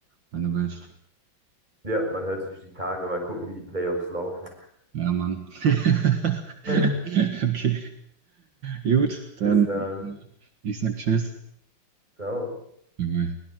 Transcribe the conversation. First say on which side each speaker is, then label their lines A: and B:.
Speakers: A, on the right; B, on the right.
A: wenn du willst.
B: ja, man hört sich die Tage, mal gucken, wie die Playoffs laufen.
A: Ja, Mann. <laughs>
B: <laughs>
A: Okay. Gut, dann
B: Bis dann.
A: äh, ich sag Tschüss.
B: Ciao.
A: Bye-bye.